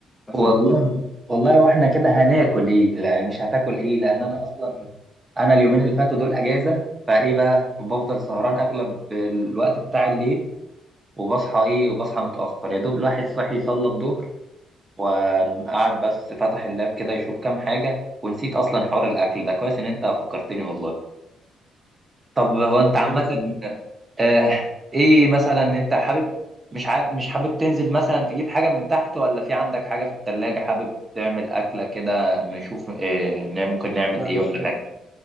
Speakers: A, on the left; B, on the right.
A: احسن
B: والله
A: محتار قوي
B: والله واحنا كده هناكل ايه لا مش هتاكل ايه لان انا اصلا انا اليومين اللي فاتوا دول اجازه فايه بقى بفضل سهران اغلب الوقت بتاع الليل وبصحى ايه وبصحى متاخر يا دوب الواحد صحي صلى الظهر وقعد بس فتح اللاب كده يشوف كام حاجه ونسيت اصلا حوار الاكل ده كويس ان انت فكرتني والله طب هو
A: طب
B: انت
A: كويس
B: عامة
A: والله
B: آه ايه مثلا انت حابب مش حابب مش حابب تنزل مثلا تجيب حاجة من تحت ولا في عندك حاجة في التلاجة حابب تعمل أكلة كده نشوف إيه ن- ممكن نعمل
A: لا
B: ايه
A: مش
B: ولا
A: قادر
B: حاجة